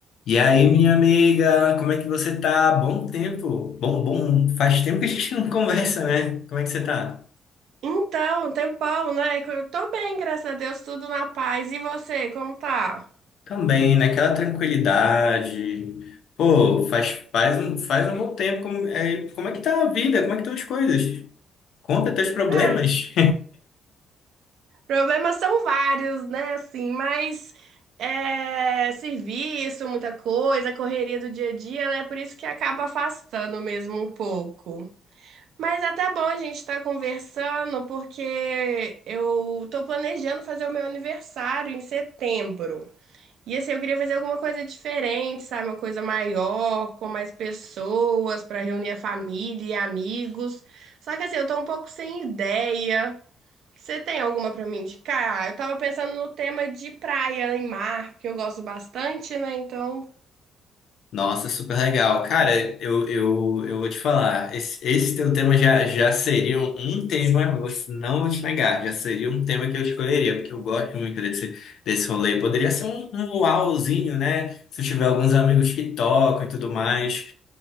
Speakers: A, on the left; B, on the right.
A: E aí, minha amiga, como é que você tá? Bom tempo. Bom, bom. Faz tempo que a gente <laughs> não conversa, né? Como é que você tá?
B: Então, tem Paulo, né? Eu tô bem, graças a Deus, tudo na paz. E você, como tá?
A: Também, naquela tranquilidade. Pô, faz, faz, um, faz um bom tempo. Como é, como é que tá a vida? Como é que estão as coisas? Conta teus problemas.
B: Ah, problemas são vários, né? Assim, mas é, serviço, muita coisa, correria do dia a dia, né? Por isso que acaba afastando mesmo um pouco. Mas é até bom a gente estar conversando, porque eu tô planejando fazer o meu aniversário em setembro. E assim, eu queria fazer alguma coisa diferente, sabe? Uma coisa maior, com mais pessoas, para reunir a família e amigos. Só que assim, eu tô um pouco sem ideia. Você tem alguma para me indicar? Eu tava pensando no tema de praia e mar, que eu gosto bastante, né? Então,
A: Nossa, super legal. Cara, eu, eu, eu vou te falar, esse, esse teu tema já, já seria um um tema, vou- não vou te negar, já seria um tema que eu escolheria, porque eu gosto muito desse, desse rolê. Poderia ser um, um uauzinho, né? Se eu tiver alguns amigos que tocam e tudo mais.